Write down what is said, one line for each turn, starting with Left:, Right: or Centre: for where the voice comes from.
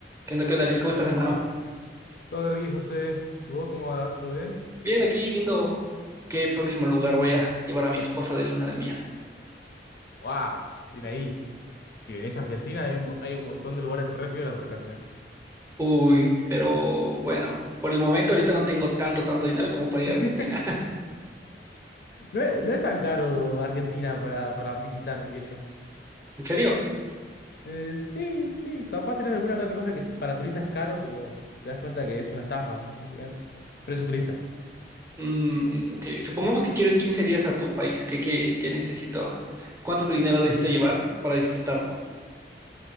Right: ¿Qué onda, qué onda, Ariel? ¿Cómo estás, hermano?
Left: Todo tranqui, José. ¿Y vos cómo vas? ¿Todo bien?
Right: Bien, aquí viendo qué próximo lugar voy a llevar a mi esposa de luna de miel.
Left: ¡Guau! Bien ahí. Si venís a Argentina, hay un, mo- hay un montón de lugares re piola por acá encima.
Right: Uy, pero bueno, por el momento ahorita no tengo tanto, tanto dinero como para ir
Left: <laughs>
Right: a Argentina.
Left: No es, no es tan caro Argentina para, para visitar, diría yo.
Right: <laughs> ¿En serio?
Left: Eh, sí, sí. Capaz tenés alguna que otra cosa que para turistas es caro, pero te das cuenta que es una estafa, básicamente. Precio turista.
Right: Mm, ok, supongamos que quiero ir 15 días a tu país. ¿Qué, qué, qué necesito? ¿Cuánto dinero necesito llevar para disfrutarlo?